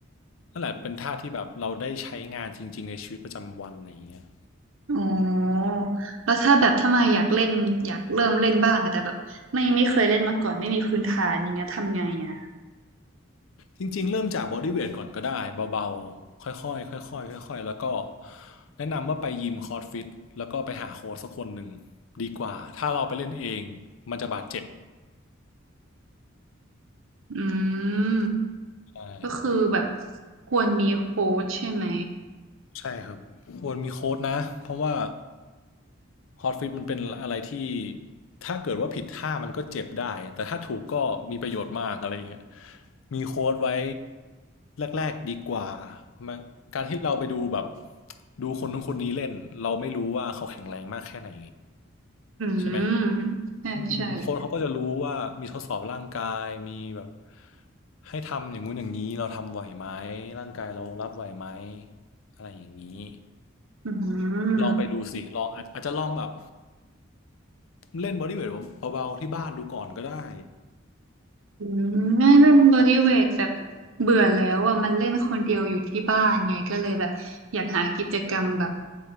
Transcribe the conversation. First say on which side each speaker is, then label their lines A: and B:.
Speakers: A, on the left; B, on the right.
A: นั่นแหละเป็นท่าที่แบบเราได้ใช้งานจริงๆในชีวิตประจำวันอะไรอย่างเงี้ย
B: อ๋อแล้วถ้าแบบถ้ามาอยากเล่นอยากเริ่มเล่นบ้างอะแต่แบบไม่ไม่เคยเล่นมาก่อนไม่มีพื้นฐานอย่างเงี้ยทำไงอะ
A: จริงๆเริ่มจากบอดี้เวทก่อนก็ได้เบาๆค่อยๆค่อยๆค่อยๆแล้วก็แนะนำว่าไปยิมคอร์สฟิตแล้วก็ไปหาโค้ชสักคนหนึ่งดีกว่าถ้าเราไปเล่นเองมันจะบาดเจ็บ
B: อืม
A: ใช่
B: ก็คือแบบควรมีโค้ชใช่ไหม
A: ใช่ครับควรมีโค้ดนะเพราะว่าฮอตฟิตมันเป็นอะไรที่ถ้าเกิดว่าผิดท่ามันก็เจ็บได้แต่ถ้าถูกก็มีประโยชน์มากอะไรอย่างเงี้ยมีโค้ดไว้แรกๆดีกว่ามาการที่เราไปดูแบบดูคนนู้นคนนี้เล่นเราไม่รู้ว่าเขาแข็งแรงมากแค่ไหน
B: อืม
A: ใช่ไหม
B: ใช่ใช่
A: อืมโค้ชเขาก็จะรู้ว่ามีทดสอบร่างกายมีแบบให้ทำอย่างงู้นอย่างนี้เราทำไหวไหมร่างกายเรารับไหวไหมอะไรอย่างนี้
B: อืม
A: ลองไปดูสิลองอาจอาจจะลองแบบเล่นบอดี้เวทเบาๆที่บ้านดูก่อนก็ได้
B: อืมไม่เล่นบอดี้เวทแบบเบื่อแล้วอ่ะมันเล่นคนเดียวอยู่ที่บ้านไงก็เลยแบบอยากหากิจกรรมแบบ